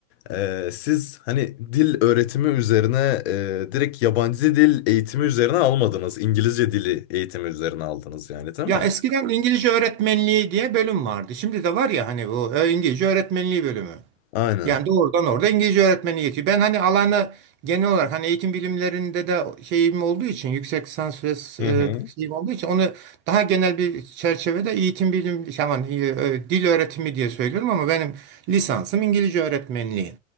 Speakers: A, on the left (about 55°); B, on the right (about 30°).
A: Ee, siz hani dil öğretimi üzerine e, direkt yabancı dil eğitimi üzerine almadınız. İngilizce dili eğitimi üzerine aldınız yani değil
B: Ya
A: mi?
B: eskiden İngilizce öğretmenliği diye bölüm vardı. Şimdi de var ya hani bu e, İngilizce öğretmenliği bölümü.
A: Aynen.
B: Yani doğrudan orada İngilizce öğretmeni yetiyor. Ben hani alana genel olarak hani eğitim bilimlerinde de şeyim olduğu için yüksek lisans ve
A: Hı
B: e,
A: hı.
B: şeyim olduğu için onu daha genel bir çerçevede eğitim bilim aman, e, e, dil öğretimi diye söylüyorum ama benim lisansım İngilizce öğretmenliği